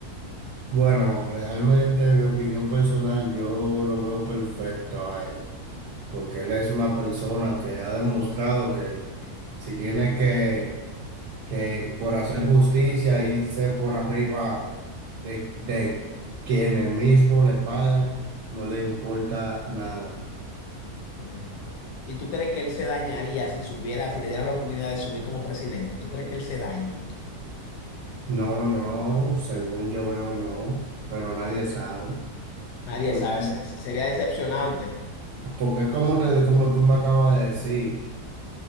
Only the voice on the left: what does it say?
Entiendo. ¿Y tú crees que él se dañaría si subiera, si le dieran la oportunidad de subir como presidente? ¿Tú crees que él se dañe?
Nadie
sabe, se- sería decepcionante.